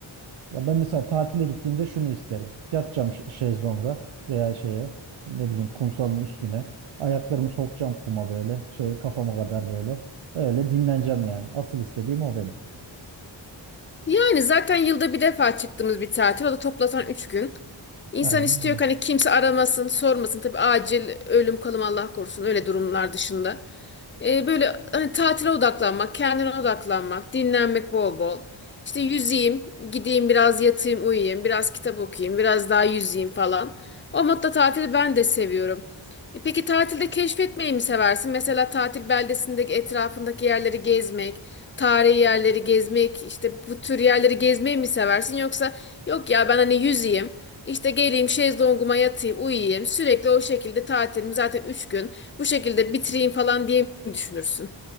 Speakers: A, on the right; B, on the left.
A: Ya ben mesela tatile gittiğimde şunu isterim. Yatacağım ş- şezlonga veya şeye ne bileyim kumsalın üstüne. Ayaklarımı sokacağım kuma böyle. Şey kafama kadar böyle. Öyle dinleneceğim yani. Asıl istediğim o benim.
B: Yani zaten yılda bir defa çıktığımız bir tatil. O da toplasan 3 gün. İnsan
A: Aynen.
B: istiyor ki hani kimse aramasın, sormasın. Tabii acil ölüm kalım Allah korusun öyle durumlar dışında. Ee, böyle hani tatile odaklanmak, kendine odaklanmak, dinlenmek bol bol. İşte yüzeyim, gideyim biraz yatayım, uyuyayım, biraz kitap okuyayım, biraz daha yüzeyim falan. O modda tatili ben de seviyorum. E peki tatilde keşfetmeyi mi seversin? Mesela tatil beldesindeki etrafındaki yerleri gezmek, tarihi yerleri gezmek, işte bu tür yerleri gezmeyi mi seversin? Yoksa yok ya ben hani yüzeyim. İşte geleyim şezlonguma yatayım, uyuyayım. Sürekli o şekilde tatilimi zaten 3 gün bu şekilde bitireyim falan diye mi düşünürsün?